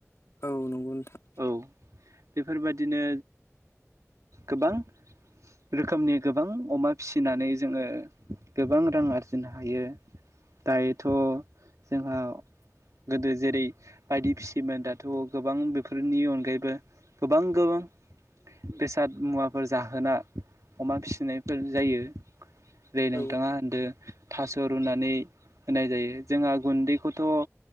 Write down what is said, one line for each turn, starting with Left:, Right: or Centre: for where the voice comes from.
Left: औ नंगौ नोंथां
Right: औ बेफोरबादिनो गोबां। रोखोमनि गोबां अमा फिसिनानै जोङो गोबां रां आरजिनो हायो। दायोथ' जोंहा गोदो जेरै बायदि फिसियोमोन दाथ' गोबां बेफोरनि अनगायैबो गोबां गोबां बेसाद मुवा। फोर जाहोना अमा फिसिनायफोर जायो जै नोंथाङा
Left: औ
Right: होनदो थास' रुनानै होनाय जायो जोंहा गुन्दैखौथ'।